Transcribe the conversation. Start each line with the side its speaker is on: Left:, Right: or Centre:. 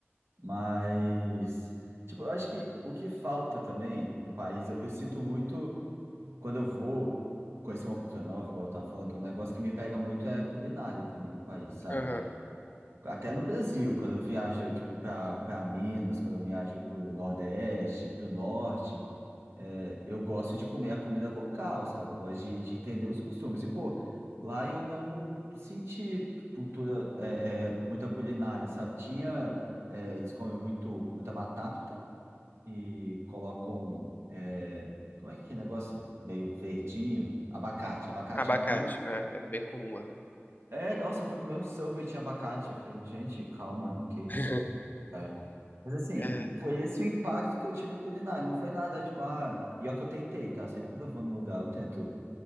Right: mas. Tipo, eu acho que o que falta também no país, eu eu sinto muito quando eu vou conhecer uma cultura nova, igual eu tava falando, um negócio que me pega muito é a culinária também do país, sabe?
Left: Aham.
Right: Tipo, até no Brasil, quando eu viajo, tipo, pra, pra Minas, quando eu viajo pro Nordeste, pro Norte, é, eu gosto de comer a comida local, sabe? Eu gosto de, de entender os costumes. E, pô, lá eu não senti cultura, é, é, muita culinária, sabe? Tinha, é, eles comem muito, muita batata, e colocam, é, como é que é negócio? Meio verdinho, abacate, abacate
Left: Abacate.
Right: em tudo.
Left: É, é bem comum, né?
Right: É, nossa, eu fui comer um Subway e tinha abacate. Eu falei, gente, calma, que isso?
Left: <laughs>
Right: É. Mas assim,
Left: É.
Right: foi esse o impacto que eu tive culinário. Não foi nada, tipo, ah... E ó que eu tentei, tá? Sempre quando eu vou num lugar, eu tento